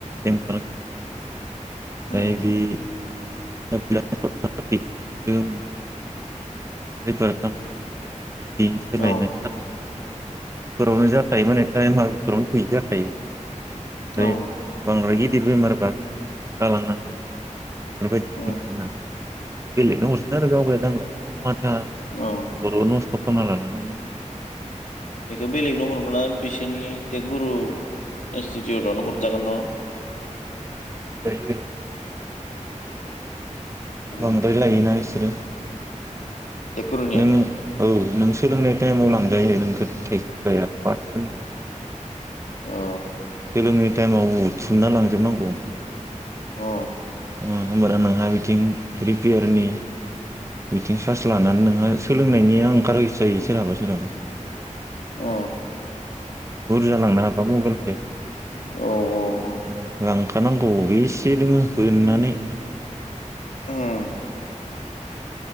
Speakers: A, on the right; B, on the left.
A: <unintelligible> ओमफ्राय
B: उम
A: बि <unintelligible> खैफोरारख न <unintelligible> बेनो सोलायनाय
B: औ
A: फोरावनो जाखायोमोने तायमाफोरावनो थो जाखायो <unintelligible> ओमफ्राय
B: औ
A: बांद्रायगि गिदिर बेमारब्ला गालांनांगोन बेफोरबायदिबोमोन
B: उम
A: आरोना बेलेगनो हरसिगोन आरो गावगाया दांला माथा
B: औ
A: बर' नख <unintelligible> खालामना‌ लाबा गावनिखौ
B: बेखौ बेलेगनो हरोबब्ला बिसोरनि टेकगुरु इनस्टिटिउटवनो हरजागोन न
A: हरजायो
B: उम
A: बांद्राय लायोना इसोरो
B: टेकगुरुनिया
A: नों औ नों सोलोंनाय टाइमाव लांजायो नोंखौ थाइसेबो लाया पार्टसफोरनिखौङो।
B: औ।
A: लोंङै टायमाव हुथुमना लांजोबनांगौ।
B: अ।
A: उम होमबाना नोंहा बिथिं रिपेयारनि बिथिं सार्स लानानै नोंहा सोलोंनायनि ओंखारहैस्रायोयो सोरहाबा सोरहाबा।
B: अ।
A: बुरजालांनो हाबा मबाइलखो।
B: औ औ औ
A: उम लां खा नांगौ बेसे दोङो बोननानै
B: ओं।